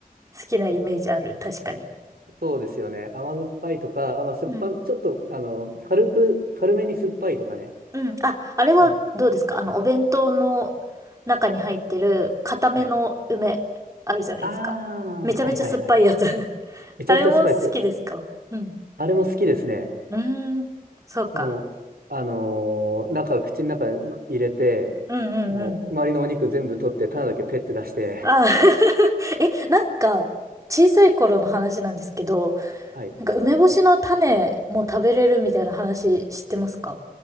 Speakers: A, on the right; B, on the right.
A: 好きなイメージある。確かに。
B: <laughs> そうですよね。甘酸っぱいとか、あ、まあ、酸っぱ、
A: うん。
B: ちょっと、あの、軽く、軽めに酸っぱいとかね。
A: うん。あ、あれはどうですかあの、
B: うん。
A: お弁当の中に入ってる固めの梅、
B: はい。
A: あるじゃないですか。
B: ああ、
A: めちゃめちゃ酸っぱいやつ。
B: はいはいはい。
A: <laughs>
B: めちゃくちゃスパイス。
A: あれも好きですかうん。
B: あれも好きですね。
A: うーん。そうか。
B: もう、あのーなんか口の中に入れて、
A: うんうんうん。
B: もう、周りのお肉全部取って、種だけペッて出して、
A: あー <laughs> え、なんか、小さい頃の話なんですけど、
B: はい。
A: なんか梅干しの種も食べれるみたいな話知ってますか